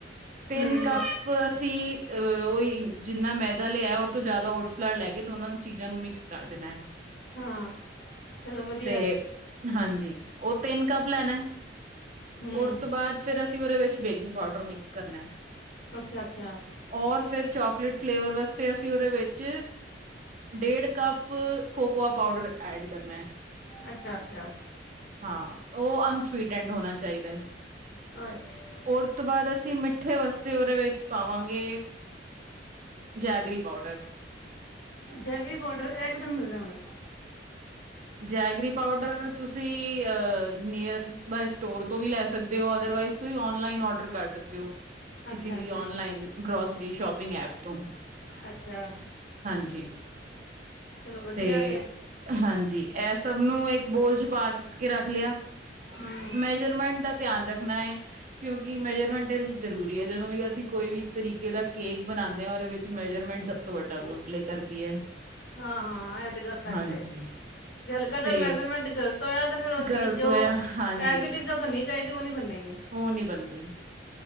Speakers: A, on the right (about 45°); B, on the left (about 75°).
A: ਤਿੰਨ
B: ਹੂੰ
A: ਕੱਪ। ਅਸੀਂ ਅਹ ਉਹਹੀ ਜਿੰਨਾ ਮੈਦਾ ਲਿਆ ਉਹਦੇ ਤੋਂ ਜ਼ਿਆਦਾ ਓਟਸ ਲੈ ਕੇ ਦੋਨਾਂ ਚੀਜ਼ਾਂ ਨੂੰ ਮਿਕਸ ਕਰ ਦੇਣਾ-
B: ਹਾਂ ਚਲੋ ਵਧੀਆ
A: ਤੇ ਹਾਂਜੀ- ਉਹ ਤਿੰਨ ਕੱਪ ਲੈਣਾ-
B: ਹੂੰ
A: ਔਰਉਤ ਤੋਂ ਬਾਅਦ ਫੇਿਰ ਅਸੀਂ ਉਹਦੇ ਵਿੱਚ- ਬੇਕਿੰਗ ਪਾਊਡਰ ਮਿਕਸ ਕਰਨਾ ਏ
B: ਅੱਛਾ ਅੱਛਾ
A: ਔਰ ਫੇਿਰ ਚਾਕਲੇਟ ਫਲੇਵਰ ਵਾਸਤੇ ਅਸੀਂ ਉਹਦੇ ਵਿੱਚ ਡੇਢ ਕੱਪ- ਕੋਕੋਆ ਪਾਊਡਰ ਐਡ ਕਰਨਾ-
B: ਅੱਛਾ ਅੱਛਾ
A: ਹਾਂ ਉਹ ਅਨਸਵੀਟੈਂਡ ਹੋਣਾ ਚਾਹੀਦਾ
B: ਅੱਛਾ
A: ਏ ਦੋਬਾਰਾ ਅਸੀਂ ਮਿੱਠੇ ਵਾਸ ਤ- ਅਸੀਂ ਉਹਦੇ ਵਿੱਚ ਪਾਵਾਂਗੇ ਜੈਗਰੀ ਪਾਊਡਰ-
B: ਜੈਗਰੀ ਪਾਉਡਰ ਇੱਹ ਕਿਥੋਂ ਮਿਲਦਾ ਹੁਣ-
A: ਜੈਗਰੀ ਪਾਊਡਰ ਤੁਸੀਂ ਨੀਅਰ ਬਾਯ ਸਟੋਰ ਤੋਂ ਵੀ ਲੈ ਸਕਦੇ ਹੋ ਅਦਰਵਾਈਜ਼ ਤੁਸੀਂ ਓਨਲਾਈਨ ਆਡਰ ਕਰ ਸਕਦੇ ਹੋ। ਕਿਸੇ
B: ਅੱਛਾ
A: ਵੀ
B: ਅੱਛਾ
A: ਓਨਲਾਈਨ ਗਰੋਸਰੀ ਸ਼ੋਪਿੰਗ ਐਪ ਤੋਂ,
B: ਅੱਛਾ
A: ਜੀ-
B: ਚਲੋ ਵਧੀਆ
A: ਤੇ ਹਾਂਜੀ ਇਹ ਸਭ ਨੂੰ ਇੱਕ ਬੋਲ ਚ ਪਾ ਕੇ- ਕੇ ਰੱਖ ਲਿਆ
B: ਹੂੰ
A: ਮੇਜਰਮੈਂਟ ਦਾ ਧਿਆਨ ਰੱਖਣਾ ਹੈ ਕਿਉਂਕਿ ਮੇਜਰਮੈਂਟ ਇਹ ਵਿਚ ਜਰੂਰੀ ਹੈ ਜਦੋ ਵੀ ਅਸੀਂ ਕੋਈ ਵੀ ਤਰੀਕੇ ਦਾ ਕੇਕ ਬਨਾਦੇ ਉਹਦੇ ਵਿਚ ਮੇਜਰਮੈਂਟ ਸਬ ਤੋਂ ਵੱਡਾ ਰੋਲ ਪਲੇ ਕਰਦੀ ਹੈ।
B: ਹਾਂ-ਹਾਂ ਇਹ ਤੇ ਗਲ ਫੈਕਟ
A: ਹਾਂਜੀ
B: ਏ- ਜੇ ਹਲਕਾ ਜਿਹਾ
A: ਤੇ
B: ਮੈਜਰਮੈਂਟ ਗਲਤ ਹੋਇਆ ਤਾਂ ਫਿਰ ਉਹ
A: ਗ਼ਲਤ
B: ਚੀਜ਼ ਜੋ
A: ਹੋਇਆ ਹਾਂਜੀ
B: ਐਜ ਇਟ ਇਜ ਬਣਨੀ ਚਾਹੀਦੀ- ਉਹ ਨਹੀਂ ਬਣੇ-
A: ਉਹ ਨਹੀਂੀ ਬਣਦੀ-